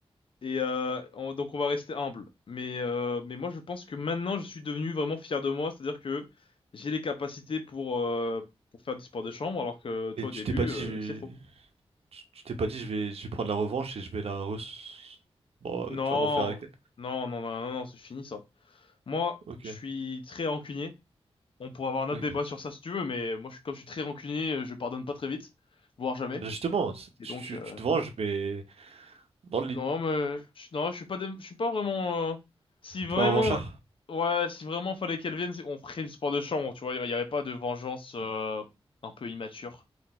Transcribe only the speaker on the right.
Et
tu
t'es pas dit,
je
vais... tu tu t'es pas dit, je vais, je vais prendre la revanche et je vais la re... Bon,
tu vas refaire avec elle.
Ok.
Oui.
Mais Justement, c'est-
tu,
tu, tu te venges, mais dans le lit.
T'es pas revanchard?